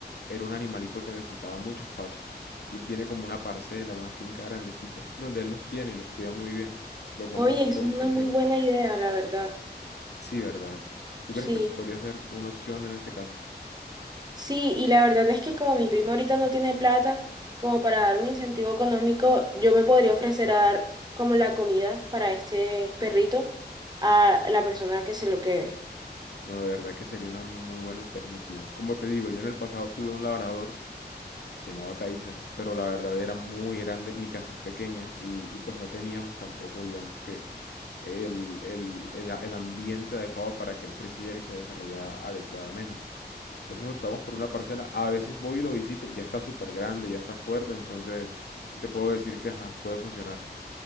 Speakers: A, on the left; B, on the right.
A: era un animalito que necesitaba mucho espacio. Y él tiene como una parcela, una finca grandecita, donde él los tiene y los cuida muy bien. Lo conozco,
B: Oye, eso es
A: sé
B: una muy
A: que...
B: buena idea, la verdad.
A: Sí, ¿verdad? ¿Tú
B: Sí.
A: crees que podría ser una opción en este caso?
B: Sí, y la verdad es que como mi primo ahorita no tiene plata, como para dar un incentivo económico, yo me podría ofrecer a dar como la comida para este perrito a la persona que se lo quede.
A: No, de verdad que sería una muy buena alternativa. Como te digo, yo en el pasado tuve un labrador Se llamaba Kaiser, pero la verdad era muy grande, mi casa es pequeña y, y pues no teníamos tampoco, digamos que, el, el- el a- el ambiente adecuado para que él creciera y se desarrollara adecuadamente. Entonces optamos por una parcela, a veces voy y lo visito, ya está súper grande, ya está fuerte, entonces te puedo decir que ajá, puede funcionar.